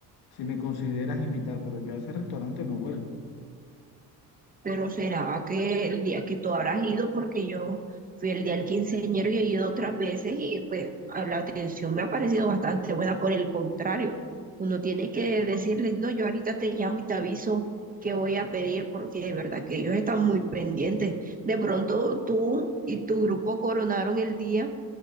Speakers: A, on the left; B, on the right.
A: si me consideras invitar, pero yo a ese restaurante no vuelvo.
B: Pero será que el día que tú habrás ido, porque yo fui el día del quinceañero y he ido otras veces y pues a la atención me ha parecido bastante buena. Por el contrario, uno tiene que decirles, no, yo ahorita te llamo y te aviso que voy a pedir porque de verdad que ellos están muy pendientes. De pronto tú y tu grupo coronaron el día